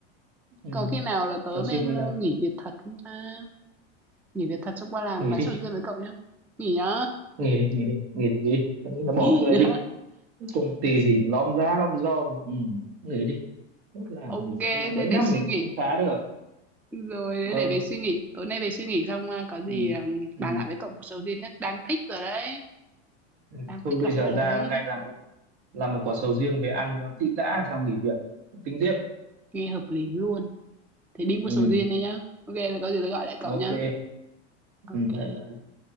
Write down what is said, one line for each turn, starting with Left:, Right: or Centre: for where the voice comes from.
Right: ừ.
Centre: có khi nào là tớ
Right: chồng riêng
Centre: nên
Right: hay
Centre: ờ,
Right: là
Centre: nghỉ việc thật không ta nghỉ việc thật xong qua làm
Right: nghỉ
Centre: bán
Right: đi
Centre: sầu riêng với cậu nhá. nghỉ nhá
Right: nghỉ đi nghỉ đi nghỉ đi nghỉ đi tớ nghĩ là
Centre: <laughs>
Right: bỏ
Centre: nghỉ
Right: chỗ đấy đi
Centre: nhá
Right: công ty gì mà lom ra lom rom ừ người đi làm
Centre: ok
Right: gì chứ làm
Centre: thế
Right: mấy năm
Centre: để suy
Right: thì
Centre: nghĩ
Right: cũng không khá được
Centre: rồi để
Right: ờ
Centre: để về suy nghĩ tối nay về suy nghĩ xong ờ, có gì
Right: ừ,
Centre: ờ,
Right: ừ,
Centre: bàn lại với cậu một sầu riêng nhé đang thích rồi đấy
Right: ừ.
Centre: đang
Right: thôi
Centre: thích
Right: bây
Centre: lắm
Right: giờ
Centre: rồi
Right: ra
Centre: đấy
Right: ngay làm một làm một quả sầu riêng về ăn cho tị đã xong nghỉ việc tính tiếp
Centre: nghe hợp lý luôn thì đi mua
Right: ừ
Centre: sầu riêng đây nhá ok thì có gì tôi gọi lại cậu
Right: ok
Centre: nhá
Right: ừ
Centre: ok
Right: bye bye